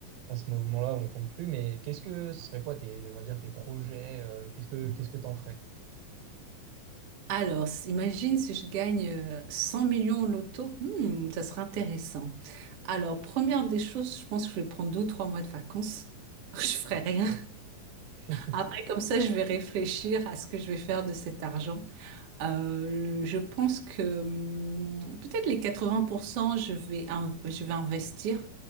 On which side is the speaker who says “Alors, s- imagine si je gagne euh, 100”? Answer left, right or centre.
Right